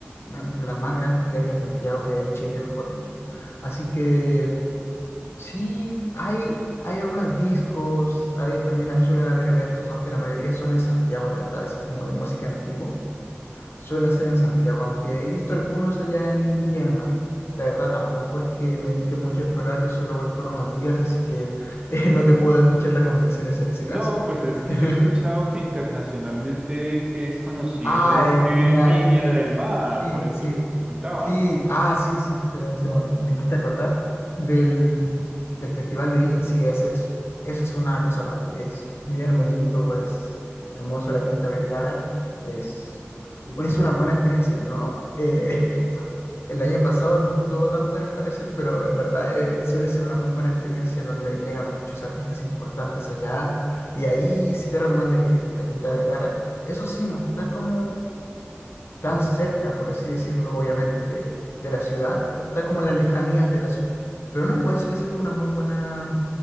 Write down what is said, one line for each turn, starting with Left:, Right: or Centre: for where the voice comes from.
Left: entre las más grandes que hay en Santiago, eh, en Chile, mejor dicho. Así que sí, hay, hay algunas discos, hay, también suelen haber eventos, aunque la mayoría son en Santiago, la verdad, eso es como de música en vivo, suelen ser en Santiago, aunque he visto algunos allá en Viña del Mar. La verdad, tampoco es que me dedique mucho a explorar, yo solo voy por unos días, así que <laughs> eh, no te puedo dar muchas recomendaciones en ese
Right: No,
Left: caso.
Right: pues es que
Left: <laughs>
Right: yo he escuchado que internacionalmente es conocido
Left: Ah,
Right: este
Left: el Viña,
Right: Viña
Left: el, el,
Right: del Mar,
Left: sí,
Right: por eso
Left: sí,
Right: te preguntaba.
Left: sí, ah, sí, sí, se- se me, me hiciste acordar del, del Festival de Viña, sí, eso es, eso es una cosa aparte, es bien bonito, es hermoso la Quinta Vergara, es, es una buena experiencia, no, eh, <laughs> el año pasado no estuvo tan buena al parecer, pero en verdad eh, suele ser una muy buena experiencia en donde llegan muchos artistas importantes allá, y ahí sí te recomendaría ir, la Quinta Vergara, eso sí, no está como tan cerca, por así decirlo, obviamente de, de la ciudad,
Right: No.
Left: pero está como en las lejanías de la ciudad. Pero no, igual sigue siendo una muy buena,